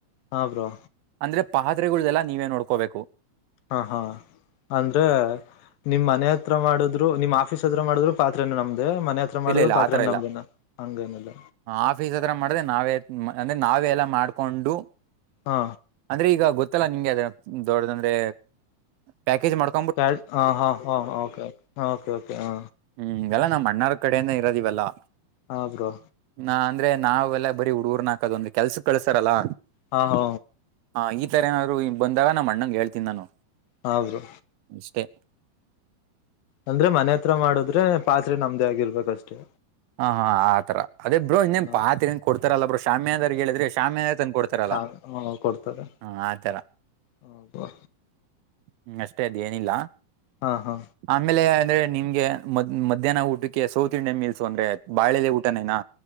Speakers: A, on the left; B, on the right.
A: ಹಾಂ ಬ್ರೋ
B: ಅಂದ್ರೆ ಪಾತ್ರೆಗಳ್ದಲ್ಲ ನೀವೇ ನೋಡ್ಕೋಬೇಕು.
A: ಹಾ ಹಾ ಅಂದ್ರೆ ನಿಮ್ ಮನೆ ಹತ್ರ ಮಾಡಿದ್ರು ನಿಮ್ ಆಫೀಸ್ ಹತ್ರ ಮಾಡಿದ್ರು ಪಾತ್ರರೆನ ನಮ್ದೇ ಮನೆ ಹತ್ರ ತ್ರ ಮಾಡಿದ್ರು
B: ಇಲ್ಲ ಇಲ್ಲ
A: ಪಾತ್ರೆ
B: ಆತರ ಇಲ್ಲ
A: ನಮ್ದನ ಹಂಗ ಏನಲ್ಲ
B: ಆಫೀಸ್ ಹತ್ರ ಮಾಡ್ದೆ ನಾವೇ ಅಂದ್ರೆ ನಾವೆ ಎಲ್ಲಾ ಮಾಡ್ಕೊಂಡು
A: ಹಾ
B: ಅಂದ್ರೆ ಈಗ ಗೊತ್ತಲ್ಲಾ ನಿಂಗೆ ಅದ ದೊಡ್ಡ ಅಂದ್ರೆ ಪ್ಯಾಕೇಜ್ ಮಾಡ್
A: ಸಡ್ ಹಾ ಹಾ ಹಾ ಹ ಓಕೆ ಓಕೆ ಹಾ
B: ಹ್ಮ್ ಇದೆಲ್ಲಾ ನಮ್ಮ್ ಅಣ್ಣಾರ್ ಕಡೆಯಿಂದ ಇರೋದ ಇವೆಲ್ಲಾ.
A: ಹಾ ಬ್ರೋ
B: ನಾ ಅಂದ್ರೆ ನಾವೆಲ್ಲ ಬರೀ ಹುಡುಗರ್ನ ಹಾಕದ ಒಂದು ಕೆಲ್ಸ ಕಳ್ಸಾರಲ್ಲ.
A: ಹಾ ಹ
B: ಹಾ ಈ ತರ ಏನಾದರು ಬಂದಾಗ ನಮ್ಮ ಅಣ್ಣಂಗ ಹೇಳ್ತೀನಿ ನಾನು
A: ಹಾ ಬ್ರೋ
B: ಇಷ್ಟೇ
A: ಅಂದ್ರೆ ಮನೆ ಹತ್ರ ಮಾಡದ್ರೆ ಪಾತ್ರೆ ನಮ್ದೇ ಆಗಿರ್ಬೇಕಷ್ಟೆ.
B: ಹ ಹಾ ಆತರ ಅದೇ ಬ್ರೋ ಇನ್ನೇನ್
A: ಹ
B: ಪಾತ್ರೆಏನ್ ಕೊಡ್ತಾರಲ್ಲ ಬ್ರೋ ಶಾಮಿಯಾದರಿಗೆ ಹೇಳಿದ್ರೆ ಶಾಮಿಯಾದರ ತಂದು ಕೊಡ್ತಾರಲ್ಲ.
A: ಹಾ ಕೊಡ್ತಾರೆ
B: ಹ ಆತರ
A: ಹ
B: ಹ್ಮ್ ಅಷ್ಟೇ ಅದ ಏನಿಲ್ಲಾ
A: ಹಾ ಹಾ
B: ಆಮೇಲೆ ಅಂದ್ರೆ ನಿಮ್ಗೆ ಮ್ ಮಧ್ಯಾಹ್ನ ಊಟಕ್ಕೆ ಸೌತ್ ಇಂಡಿಯನ್ ಮೀಲ್ಸ್ ಸೊ ಅಂದ್ರೆ ಬಾಳೆಲೆ ಊಟನೇನಾ